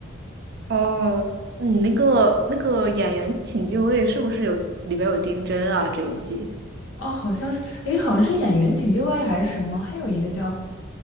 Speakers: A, on the right; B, on the left.
A: <laughs> 哦。你那个那个演员请就位是不是有里边有丁真啊这一季
B: 哦，好像是，诶，好像是演员请就位还是什么，还有一个叫